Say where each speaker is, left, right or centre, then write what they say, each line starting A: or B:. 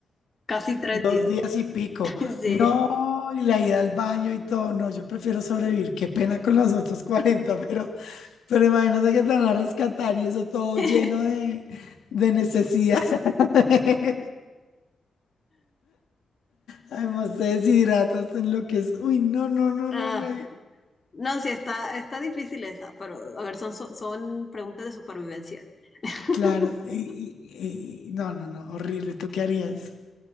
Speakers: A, on the left (about 25°); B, on the left (about 85°).
A: Casi tres
B: dos
A: días.
B: días y pico.
A: <laughs> Sí.
B: No, y la ida al baño y todo. No, yo prefiero sobrevivir. Qué pena con los otros 40. pero, pero imagínate que te van a rescatar y eso todo
A: <laughs>
B: lleno de, de necesidad. <laughs> Además, te deshidratas en lo que es. Uy, no, no, no,
A: Ah,
B: no, no.
A: no, sí, está, está difícil esa, pero a ver, son, son son preguntas de supervivencia. <laughs>
B: Claro. y- y- y- no, no, no. Horrible. ¿Tú qué harías?